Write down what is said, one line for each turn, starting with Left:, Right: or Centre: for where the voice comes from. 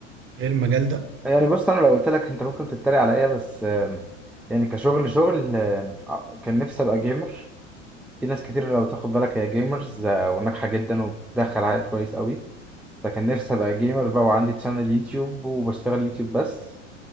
Right: غير المجال ده؟
Centre: يعني بص انا لو قلت لك انت ممكن تتريق عليا بس آم، يعني كشغل شغل آم، كان نفسي ابقى جيمر في ناس كتير لو تاخد بالك هي جيمرز آه، وناجحة جدا وبتدخل عائد كويس قوي فكان نفسي أبقى جيمر بقى وعندي تشانل يوتيوب وبشتغل يوتيوب بس